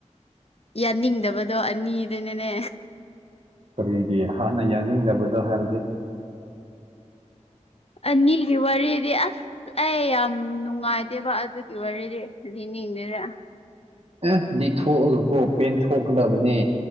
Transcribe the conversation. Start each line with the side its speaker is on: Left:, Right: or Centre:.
Left: ꯌꯥꯅꯤꯡꯗꯕꯗꯣ ꯑꯅꯤꯗꯨꯅꯤꯅꯦ
Right: ꯀꯔꯤꯒꯤ ꯍꯥꯟꯅ ꯌꯥꯡꯅꯤꯡꯗꯕꯗꯣ ꯍꯥꯏꯕꯗꯤ
Left: ꯑꯅꯤꯒꯤ ꯋꯥꯔꯤꯗꯤ ꯑꯁ ꯑꯩ ꯌꯥꯝ ꯅꯨꯡꯉꯥꯏꯇꯦꯕ ꯑꯗꯨꯒꯤ ꯋꯥꯔꯤꯗꯤ ꯂꯤꯅꯤꯡꯗꯦꯗ
Right: ꯑꯦ ꯂꯤꯊꯣꯛꯑꯒ ꯀꯣ ꯄꯦꯟꯊꯣꯛꯀꯗꯕꯅꯦ